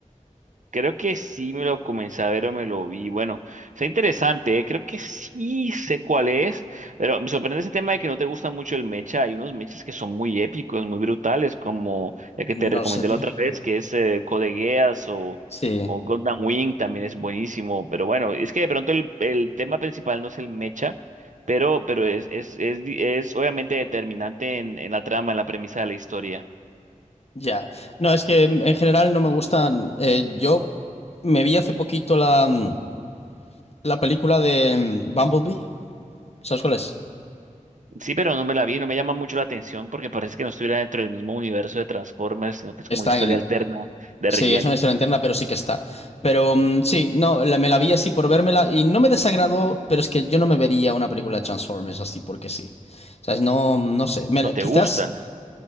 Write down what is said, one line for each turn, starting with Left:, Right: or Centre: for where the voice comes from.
Right: Creo que sí me lo comencé a ver o me lo vi. Bueno, está interesante, ¿eh? Creo que sí sé cuál es, pero me sorprende ese tema de que no te gusta mucho el mecha. Hay unos mechas que son muy épicos, muy brutales, como el que te recomendé
Left: No lo sé, tío.
Right: la otra vez, que es eh, Code Geass o,
Left: Sí,
Right: o Gundam Wing, también es buenísimo. Pero bueno, es que de pronto el, el tema principal no es el mecha, pero, pero es, es, es, di- es obviamente determinante en, en la trama, en la premisa de la historia.
Left: ya. No, es que en en general no me gustan. eh, yo me vi hace poquito la, mm, la película de mm, Bumblebee. ¿Sabes cuál es?
Right: Sí, pero no me la vi, no me llama mucho la atención porque parece que no estuviera dentro del mismo universo de Transformers, sino que es
Left: Está
Right: como una historia
Left: en el.
Right: alterna de
Left: Sí,
Right: relleno.
Left: es una historia interna, pero sí que está. Pero mm, sí, no, la- me la vi así por vérmela y no me desagradó, pero es que yo no me vería una película de Transformers así porque sí. O sea, no, no sé. Me la-
Right: No
Left: quizás.
Right: te gustan.